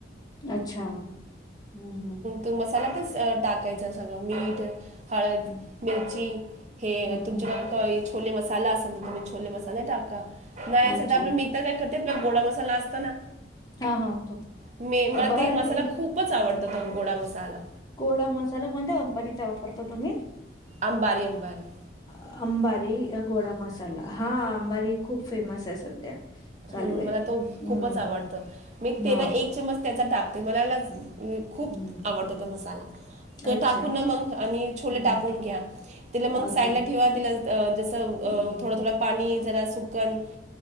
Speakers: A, on the left; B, on the right.
A: अच्छा हम्म हम्म
B: तू मसालातच टाकायचा सगळं मीठ हळद,
A: हम्म
B: मिरची हे
A: हम्म
B: तुमच्या
A: हम्म
B: छोले मसाला असेल तर तुम्ही छोले मसाला टाका, नाही असेल
A: अच्छा
B: तर आप मी काय करते आप, गोडा मसाला असता ना,
A: हा हा तो
B: मे म
A: बर
B: ते मसाला
A: ए,
B: खूप खूपच आवडं तो गोडा मसाला.
A: गोडा मसाला कोणत्या कंपनीचा वापरता तुम्ही?
B: अंबारी अंबारी.
A: अंबारी गोडा मसाला, हा अंबारी खूप फेमस आहे सध्या. चालू
B: हं
A: आहे.
B: मला तो खूपच
A: हम्म
B: आवडतं. मी तेना
A: हा
B: एक चमच त्याचा टाकते मलाला खूप
A: हम्म
B: आवडत तो मसाला, ते
A: अच्छा
B: टाकून ना मग आणि छोले
A: हम्म
B: टाकून घ्या. तिला मग
A: अच्छा
B: साईडला ठेवा, तिला जसं अ
A: हम्म
B: थोडं थोडं पाणी जरा सुकन